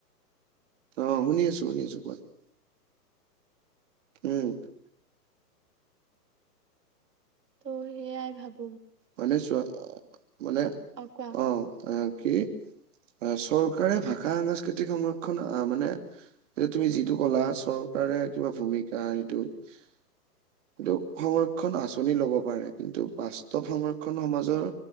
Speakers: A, on the right; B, on the right.
A: অঁ, শুনি আছো, শুনি আছোঁ। কোৱা? <unintelligible> উম। <inaudible>
B: ত' সেয়াই ভাবোঁ <unintelligible>
A: মানে চোৱা <unintelligible> মানে
B: অ কোৱা
A: অঁ, কি? চৰকাৰে ভাষা, সাংস্কৃতিক সংৰক্ষণ আহ মানে <unintelligible> এতিয়া তুমি যিটো কলা চৰকাৰে কিবা ভূমিকা সেইটো <unintelligible> এইটো সংৰক্ষণ আঁচনি ল'ব পাৰে, কিন্তু বাস্ত <unintelligible> ত <unintelligible> সংৰক্ষণ সমাজৰ